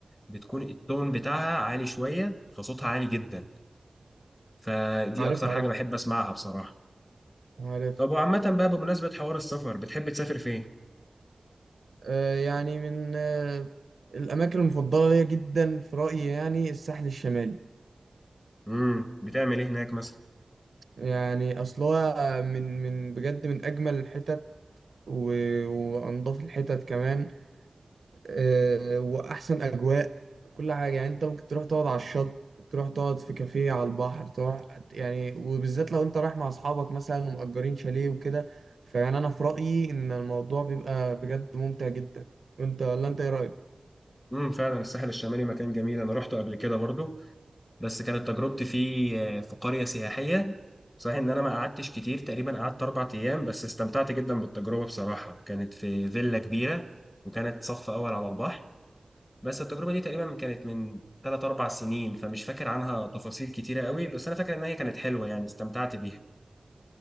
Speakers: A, on the left (about 35°); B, on the right (about 75°).
A: بتكون التون بتاعها عالي شويه فصوتها عالي جدا فدي
B: عارف
A: اكتر
B: عارف
A: حاجه بحب اسمعها بصراحه
B: عارف
A: طب وعامه بقى بمناسبه حوار السفر بتحب تسافر فين
B: أه، يعني من أه، الاماكن المفضلة ليا جدا في رأيي يعني الساحل الشمالي
A: امم بتعمل ايه هناك مثلا
B: يعني اصلها من من بجد من اجمل الحتت و- وانضف الحتت كمان آه، واحسن اجواء كل حاجه يعني انت ممكن تروح تقعد على الشط تروح تقعد في كافيه على البحر تروح يعني وبالذات لو انت رايح مع اصحابك مثلا ومأجرين شاليه وكده فيعني انا في رأيي ان الموضوع بيبقى بجد ممتع جدا وانت ولا انت ايه رأيك
A: امم فعلا الساحل الشمالي مكان جميل انا روحته قبل كده برضه بس كانت تجربتي فيه آه، في قرية سياحية صحيح ان انا ما قعدتش كتير تقريبا قعدت اربع ايام بس استمتعت جدا بالتجربة بصراحة كانت في فيلا كبيرة وكانت صف اول على البحر بس التجربة دي تقريبا كانت من ثلاث اربع سنين فمش فاكر عنها تفاصيل كتيرة قوي بس انا فاكر ان هي كانت حلوة يعني استمتعت بيها